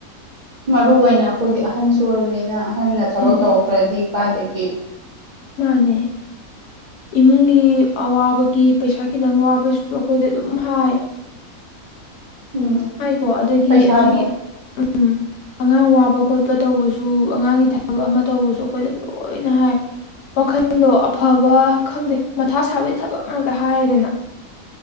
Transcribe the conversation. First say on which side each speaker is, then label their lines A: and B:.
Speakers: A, on the right; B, on the left.
A: ꯃꯔꯨ ꯑꯣꯏꯅ ꯑꯩꯈꯣꯏꯗꯤ ꯑꯍꯟꯁꯨ ꯑꯣꯏꯕꯅꯤꯅ ꯑꯍꯟꯅ ꯊꯕꯛ
B: ꯎꯝ
A: ꯇꯧꯔꯛꯈ꯭ꯔꯗꯤ ꯀꯥꯏꯗꯒꯤ
B: ꯃꯥꯅꯦ ꯏꯃꯨꯡꯒꯤ ꯑꯋꯥꯕꯒꯤ ꯄꯩꯁꯥ ꯈꯤꯇꯪ ꯋꯥꯕꯁꯨ ꯑꯩꯈꯣꯏꯗ ꯑꯗꯨꯝ ꯍꯥꯏ
A: ꯎꯝ
B: ꯍꯥꯏꯀꯣ ꯑꯗꯒꯤ
A: ꯄꯩꯁꯥꯗꯣ
B: ꯑꯗꯒꯤ ꯎꯝ ꯑꯉꯥꯡ ꯋꯥꯕ ꯈꯣꯠꯄ ꯇꯧꯕꯁꯨ ꯑꯉꯥꯡꯒꯤ ꯊꯕꯛ ꯑꯃ ꯇꯧꯕꯁꯨ ꯑꯩꯈꯣꯏꯗ ꯂꯣꯏꯅ ꯍꯥꯏ ꯋꯥꯈꯜꯗꯣ ꯑꯐꯕ ꯈꯪꯗꯦ ꯃꯊꯥ ꯁꯥꯕꯒꯤ ꯊꯕꯛ ꯉꯥꯛꯇ ꯍꯥꯏꯔꯦꯗꯅ